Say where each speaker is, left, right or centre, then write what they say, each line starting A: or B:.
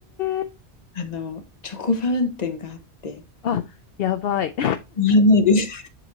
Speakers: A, on the left; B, on the left.
A: え。
B: あの、チョコファウンテンがあって、
A: あ、やばい。
B: いらないです。